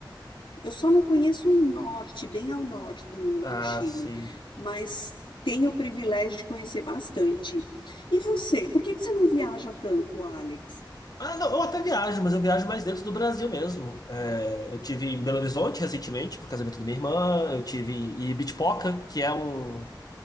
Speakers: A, on the left (about 85°); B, on the left (about 50°).
A: eu só não conheço o norte, bem ao norte do,
B: Ah,
A: do Chile,
B: sim.
A: mas tenho o privilégio de conhecer bastante. E você, por que que você não viaja tanto, Alex?
B: Ah, não, eu até viajo, mas eu viajo mais dentro do Brasil mesmo. É, eu tive em Belo Horizonte recentemente, pro casamento da minha irmã, eu tive em Ibitipoca, que é um,